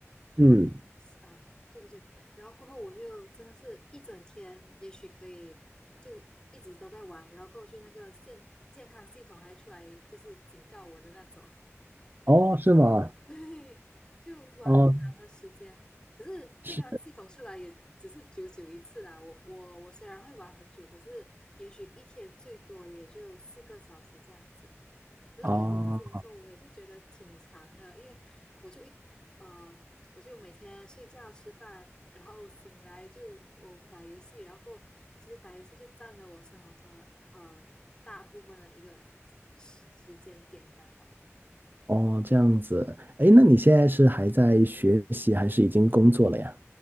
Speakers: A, on the left; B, on the right.
A: 然后，
B: 嗯，
A: 呃，对对对，然后过后我就真的是一整天，也许可以就是一直都在玩，然后过去那个健健康系统还出来就是警告我的那种。
B: 哦，是吗？
A: <laughs> 对，就玩很长的时间。
B: 哦，
A: 可是健康系统出来也只是久久一次啦。
B: 是
A: 我我我虽然会玩很久，可是也许一天最多也就四个小时这样子。可是对我自己来说，
B: 啊，
A: 我也是觉得挺长的，因为我就一呃，我就每天睡觉、吃饭，然后醒来就我打游戏，然后过后其实打游戏就占了我生活中的很大部分的一个时时间点，这样吧。
B: 哦，这样子。哎，那你现在是还在学习，还是已经工作了呀？